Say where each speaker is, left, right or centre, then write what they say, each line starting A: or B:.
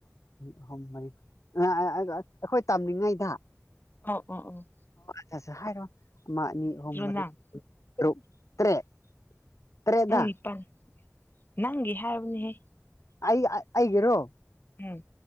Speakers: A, on the left; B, on the left.
A: ꯑꯍꯨꯝ ꯃꯔꯤ ꯑꯩꯈꯣꯏ ꯇꯝꯂꯤꯉꯩꯗ
B: ꯑ ꯑ ꯑ
A: ꯆꯁ ꯍꯥꯏꯔꯣ ꯑꯃ ꯑꯅꯤ ꯑꯍꯨꯝ ꯃꯔꯤ
B: ꯅꯪ
A: ꯇꯔꯨꯛ ꯇꯔꯦꯠ ꯇ꯭ꯔꯦꯗ
B: ꯅꯪ ꯅꯤꯄꯥꯜ ꯅꯪꯒꯤ ꯍꯥꯏꯕꯅꯤꯍꯦ
A: ꯑꯩ ꯑꯩꯒꯤꯦꯔꯣ
B: ꯎꯝ